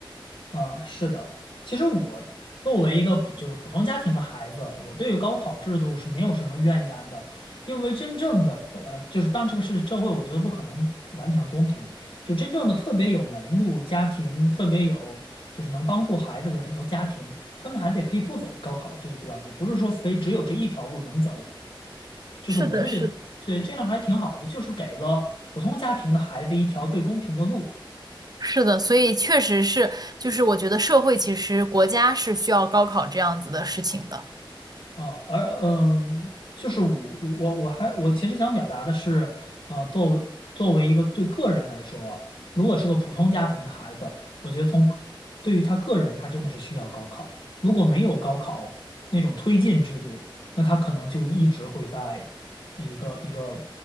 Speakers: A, on the left (about 70°); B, on the right (about 45°).
A: 啊，是的，其实我作为一个普就是普通家庭的孩子，我对于高考制度是没有什么怨言的，因为真正的呃，就是当然这个是社会，我觉得不可能完全公平，就真正的特别有门路家庭，特别有就是能帮助孩子的很多家庭，他们的孩子也可以不走高考这一关，也不是说非只有这一条路能走，就是我是觉得以这样还挺好的，
B: 是的，是的，
A: 就是给了普通家庭的孩子一条最公平的路。
B: 是的，所以确实是，就是我觉得社会其实国家是需要高考这样子的事情的。
A: 啊，而嗯，就是我我我还我其实想表达的是，呃，作作为一个对个人来说，如果是个普通家庭的孩子，我觉得从个对于他个人，他真的是需要高考。如果没有高考那种推进制度，那他可能就一直会在一个一个